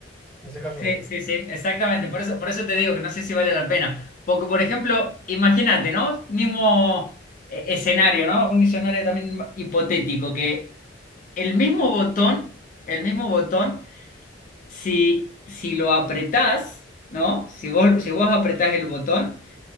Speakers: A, in the centre; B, on the left.
A: En ese caso
B: Sí,
A: no.
B: sí, sí, exactamente. Por eso, por eso te digo que no sé si vale la pena. Porque, por ejemplo, imagínate, ¿no? Mismo eh, escenario, ¿no? Un escenario también hipotético, que el mismo botón, el mismo botón, si, si lo apretás, ¿no? Si vos, si vos apretás el botón,